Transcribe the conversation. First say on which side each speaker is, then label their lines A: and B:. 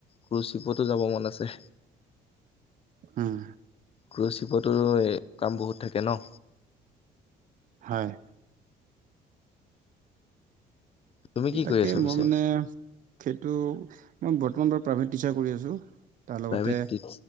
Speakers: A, on the left (about 35°); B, on the right (about 50°).
A: ক্ৰুজ শিপতো যাব মন আছে।
B: উম,
A: ক্ৰুজ শিপতো, এ, কাম বহুত থাকে ন?
B: হয়!
A: তুমি কি
B: তাকে,
A: কৰি আছা পিছে
B: মই মানে সেইটো, মই বৰ্তমান বাৰু প্ৰাইভেট টিচাৰ কৰি আছোঁ, তাৰ লগতে
A: প্ৰাইভেট টিচ